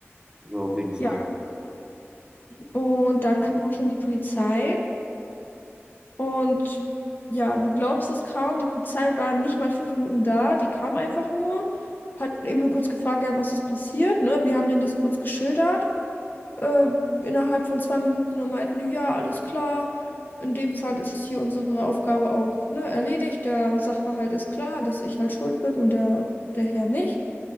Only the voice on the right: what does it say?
ja, auf jeden Fall.